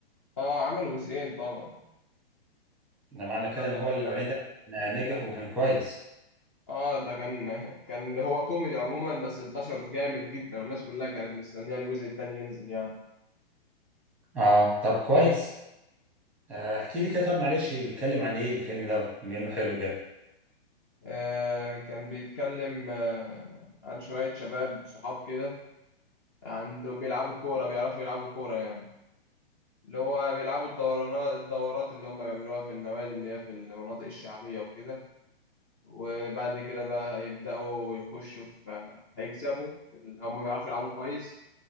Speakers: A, on the left (about 20°); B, in the centre.
A: اه عملوا جزئين طبعا
B: ده معنى كده
A: لا
B: ان هو الاولاني ده آه، نجح وكان كويس
A: اه ده كان كان هو كوميدي عموما بس انتشر جامد جدا والناس كلها كانت مستنيه الجزء التاني ينزل يعني
B: اه طب كويس آه، احكي لي كده طب معلش بيتكلم عن ايه الفيلم ده بما انه حلو كده
A: آه كان بيتكلم آه عن شويه شباب صحاب كده عندهم بيلعبوا كوره بيعرفوا يلعبوا كوره يعني اللي هو بيلعبوا الدورانات الدورات اللي هم بيعملوها في النوادي اللي هي في المناطق الشعبيه وكده وبعد كده بقى هيبدأوا يخشوا في هيكسبوا في ال- أو ما بيعرفوا يلعبوا كويس